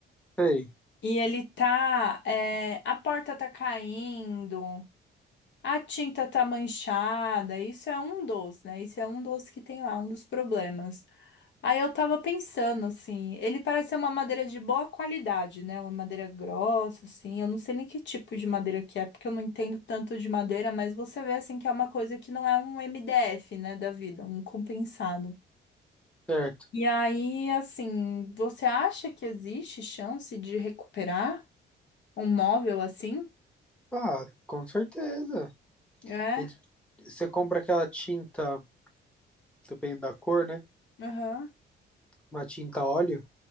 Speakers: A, in the centre; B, on the left.
A: Sei.
B: E ele tá, é, a porta tá caindo, a tinta tá manchada, isso é um dos, né? Isso é um dos que tem lá, um dos problemas. Aí eu tava pensando, assim, ele parece ser uma madeira de boa qualidade, né? Uma madeira grossa, assim. Eu não sei nem que tipo de madeira que é, porque eu não entendo tanto de madeira, mas você vê, assim, que é uma coisa que não é um MDF, né, da vida, um compensado.
A: Certo.
B: E aí, assim, você acha que existe chance de recuperar um móvel assim?
A: Ah, com certeza.
B: É,
A: A gente- Você compra aquela tinta, dependendo da cor, né?
B: aham.
A: Uma tinta óleo,